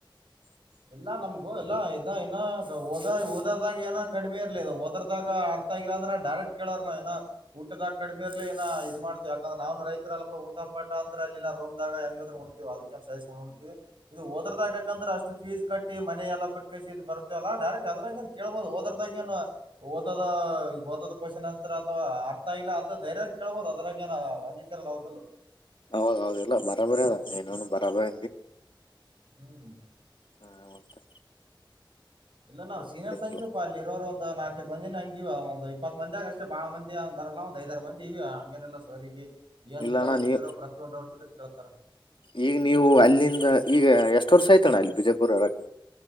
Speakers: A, on the left; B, on the right.
A: ಹ
B: ಇಲ್ಲ ನಮ್ಗೂ ಇಲ್ಲ ಇದ ಇನ್ನಓದ ಓದದಾಗ ಏನ ಕಡಿಮೆ ಇರ್ಲಿಿಲ್ಲ ಓದ್ರದಾಗ ಆ ಅರ್ಥ ಆಗಲ್ಲ ಅಂದ್ರೆ ಡಾಕಟ್ ಕೇಳಾರ ಏನಾ. ಊಟದಾಗ ಕಡಿಮೆರ್ಲಿ ನ ಇ ಇದ ಮಾಡ್ತಿವ ಯಾಕಂದ್ರೆ ನಾವ ನ ರೈತರಲ್ಪ ಊಟ ಪಾಟ ಅಂದ್ರ ಅಲ್ಲಿ ನ ರೋಮ್ ನಾಗ ಹೆಂಗ್ರ ಹೆಂಗಿದ್ರೂ ಉಣ್ <unintelligible> ಇದು ಓದ್ರದಾಗ. ಯಾಕಂದ್ರೆ ಅಷ್ಟು ಫೀಸ್ ಕಟ್ಟಿ ಮನೆ ಎಲ್ಲ ಬಿಟ್ಕಸಿದ ಬರ್ತೀವಲ್ಲ ಡೈರೆಕ್ಟ್ ಅದ್ರಾಗ ಏನ್ ಕೇಳಬೋದು ಹೋದಾದ್ರಾಗೇನು. ಓದದ ಓದದು ಕ್ವಶನ್ ಅನ್ಸರ್ ಅಥವಾ ಅರ್ಥ ಆಗಿಲ್ಲ ಅದು ಧೈರ್ಯ ಕೇಳಬಹುದು ಅದ್ರಾಗ ಏನ್ ಅಲ್ಲಿ. ಹೌದಲ್ಲ
A: ಹೌದ್ಹಹೌದ ಇಲ್ಲ ಬರಬರಿ ಅದ ನೀಏನನು ಬರಾಬರಿ
B: ಊ ಹ್ಮ್
A: ಹಾ ಮತ್ತೆ
B: ಇಲ್ಲ ನಾವು ಸೀನಿಯರ್
A: ಏನಿಲ್ಲ
B: ಸಂಖ್ಯ ಅಲ್ಲಿ ಇರೋರು ಒಂದು ನಾಲ್ಕೈದು ಮಂದಿ ಹಂಗಿವವ ಒಂದು ಇಪ್ಪತ್ ಮಂದಿಾಗ ಅಷ್ಟೇ ಬಾಳ ಮಂದಿ ಅಂದಾರಲ್ಲ ಒ್ ಐದಾರರ ಮಂದಿ ಇ್ಯ ಹಂಗನೆಲ್ಲ ಸರಿಗೆ ಏನ್
A: ಇಲ್ಲ
B: ಡೌಟ್ಸ್
A: ಅಣ್ಣ ನೀವ್
B: ಇದ್ದಾರೋ ಪ್ರತಿಯೊಂದು ಡೌಟ್ಸ್ ಇದ್ರೆ ಕೇಳ್ತಾರ
A: ಈಗ ನೀವು ಅಲ್ಲಿಂದ ಈಗ ಎಷ್ಟ್ ವರ್ಷ ಆಯ್ತಣ್ಣ ಅಲ್ಲಿ ಬಿಜಯಪುರ ಒಳಗೆ.